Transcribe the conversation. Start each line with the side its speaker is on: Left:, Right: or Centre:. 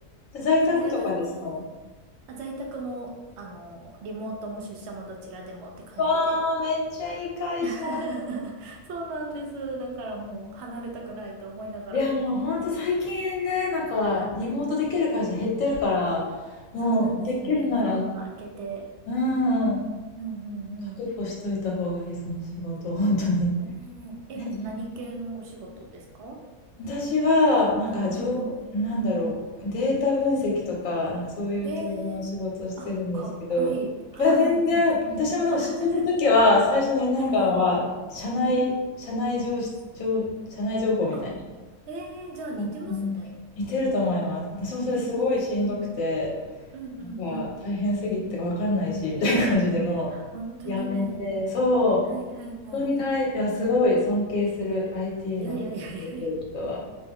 Left: い。在宅とかですか
Right: それがね、あ、在宅も、あの、リモートも出社もどちらでもって感じで。
Left: わあ、めっちゃいい会社。
Right: <laughs> そうなんです。だからもう離れたくないと思いながら。
Left: いや、もうほんと最近ね、なんか、リモートできる会社減ってるから、
Right: うんうん。
Left: もうできるなら、
Right: そうなんですよね。コロナ明けて。
Left: うん、
Right: うんうんうん。
Left: 確保しといた方がいい、その仕事、本当に。
Right: ねえ。
Left: ね
Right: え、何系のお仕事ですか
Left: 私は、なんか、情報、
Right: うんうん。
Left: なんだろう、データ分析とか、なんかそういう系の仕事をしてるんですけど、
Right: ええーあ、かっこいい。
Left: いや、
Right: はいはいはい。
Left: 全然、私もでも、
Right: <laughs>
Left: 新卒の時は、最初の2年間は、
Right: はいはい。
Left: 社内、
Right: うんうん
Left: 社内情報、情社内情報みたいな。
Right: あ、ええじゃあ似てますね。
Left: うん似てると思います。私もそれすごいしんどくて、
Right: うんうんうん。うんうんうん。
Left: なんか大変すぎてわかんないし、みたいな感じでも
Right: 本当にね。
Left: うやめて、そう、
Right: はいはいはい。
Left: 本当に大いや、すごい尊敬する IT
Right: いやいやいやいやいや。
Left: の仕事をしてる人は。